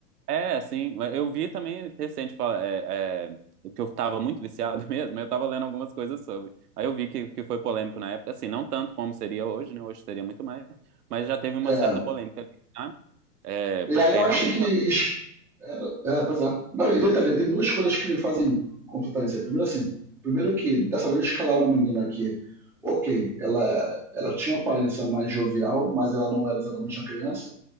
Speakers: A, on the right; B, in the centre.
A: é, sim, mas eu vi também recente, fala- é, é, que eu tava muito viciado <laughs> mesmo, eu tava lendo algumas coisas sobre. Aí eu vi que, que foi polêmico na época, assim, não tanto como seria hoje, né? Hoje seria muito mais, mas já teve uma
B: É,
A: certa polêmica ali. É,
B: E
A: porque
B: aí eu
A: realmente
B: acho que. es-
A: é
B: É, é, pois é. Não, e detalhe, tem duas coisas que me fazem contra isso aí. Primeiro, assim, primeiro que dessa vez escalaram a menina que, ok, ela, ela tinha uma aparência mais jovial, mas ela não era exatamente uma criança.